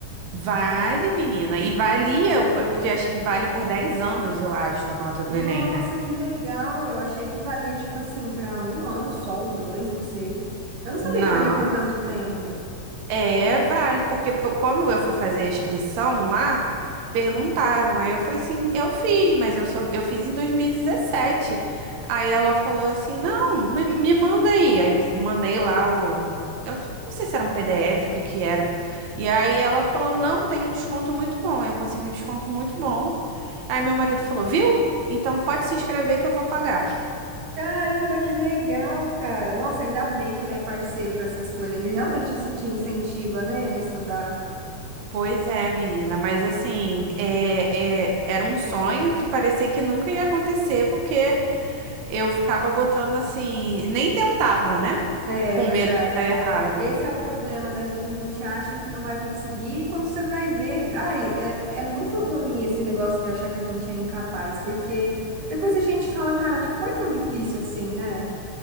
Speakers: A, on the right; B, on the right.
A: Vale, menina, e valia, o- porque acho que vale por 10 anos, eu acho, a nota do
B: Nossa,
A: Enem, né?
B: que legal! Eu achei que valia, tipo assim, para um ano só, ou dois, não sei. Eu não sabia
A: Não.
B: que valia por tanto tempo.
A: É, vale, porque p- quando eu fui fazer a inscrição lá, perguntaram. Aí eu falei assim, eu fiz, mas eu só eu fiz em 2017. Aí ela falou assim, não, me, me manda aí. Aí mandei lá o eu não sei se era um PDF, o que que era. E aí ela falou, não, tem um desconto muito bom. Aí eu consegui um desconto muito bom. Aí meu marido falou, viu? Então pode se inscrever que eu vou pagar.
B: Caramba, que legal, cara! Nossa, ainda bem que ele é parceiro para essas coisas. Ele realmente se- te incentiva, né, a estudar.
A: Pois é, menina, mas assim, é, é- era um sonho que parecia que nunca ia acontecer, porque eu ficava botando assim, nem tentava, né?
B: É
A: Com
B: verdade.
A: medo de dar errado.
B: Esse é o problema da gente. A gente acha que não vai conseguir, e quando você vai ver, ai, é, é muito ruim esse negócio de achar que a gente é incapaz, porque depois a gente fala, cara, não foi tão difícil assim, né?